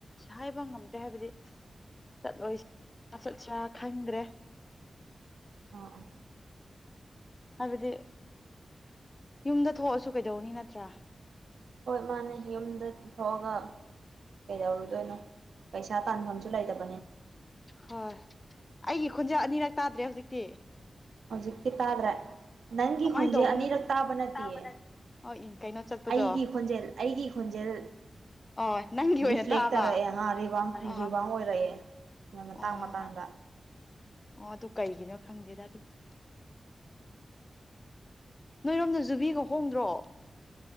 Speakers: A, on the left (about 35°); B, on the right (about 85°).
A: ꯍꯥꯏꯕ ꯉꯝꯗ꯭ꯔꯦ ꯍꯥꯏꯕꯗꯤ ꯆꯠꯂꯣꯏꯁꯤ ꯆꯠꯁ꯭ꯔꯥ ꯈꯪꯗ꯭ꯔꯦ
B: ꯑꯥ ꯑꯥ
A: ꯍꯥꯏꯕꯗꯤ ꯌꯨꯝꯗ ꯊꯣꯛꯑꯁꯨ ꯀꯩꯗꯧꯅꯤ ꯅꯠꯇ꯭ꯔꯥ
B: ꯍꯣꯏ ꯃꯥꯅꯦ ꯌꯨꯝꯗ ꯊꯣꯛꯑꯒ ꯀꯩꯗꯧꯔꯨꯗꯣꯏꯅꯣ ꯄꯩꯁꯥ ꯇꯥꯟꯐꯝꯁꯨ ꯂꯩꯗꯕ
A: ꯍꯣꯏ ꯑꯩꯒꯤ ꯈꯣꯟꯖꯥ ꯑꯅꯤꯔꯛ ꯇꯥꯗ꯭ꯔꯦ ꯍꯧꯖꯤꯛꯇꯤ
B: ꯍꯧꯖꯤꯛꯇꯤ ꯇꯥꯗ꯭ꯔꯥ ꯅꯪꯒꯤ
A: ꯀꯃꯥꯏꯅ
B: ꯈꯨꯣꯟꯖꯦ
A: ꯇꯧꯕꯅꯣ
B: ꯑꯅꯤꯔꯛ ꯇꯥꯕ ꯅꯠꯇꯦꯌꯦ
A: ꯅꯠꯇꯦ ꯑꯣ ꯏ ꯀꯩꯅꯣ ꯆꯠꯄꯗꯣ
B: ꯑꯩꯒꯤ ꯈꯣꯟꯖꯦꯜ ꯑꯩꯒꯤ ꯈꯣꯟꯖꯦꯜ
A: ꯑꯣ ꯅꯪꯒꯤ ꯑꯣꯏꯅ
B: ꯔꯤꯐ꯭ꯂꯦꯛ
A: ꯇꯥꯕ
B: ꯇꯧꯔꯛꯑꯦ ꯍꯥ
A: ꯑꯥ
B: ꯔꯤꯕꯥꯡ ꯑꯣꯏꯔꯛꯑꯦ ꯅꯪ ꯃꯇꯥꯡ
A: ꯑꯣ
B: ꯃꯇꯥꯡꯗ
A: ꯑꯣ ꯑꯗꯨ ꯀꯩꯒꯤꯅꯣ ꯈꯪꯗꯦꯗ ꯑꯗꯨꯕꯨꯗꯤ ꯅꯣꯏꯔꯣꯝꯗ ꯖꯨꯕꯤꯒ ꯍꯣꯡꯗ꯭ꯔꯣ